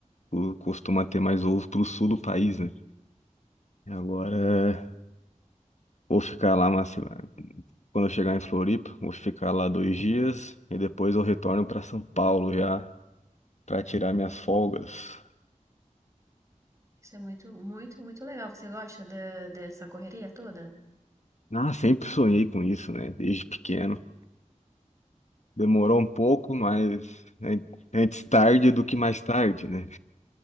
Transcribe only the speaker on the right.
Isso é muito, muito, muito legal. Você gosta da- dessa correria toda?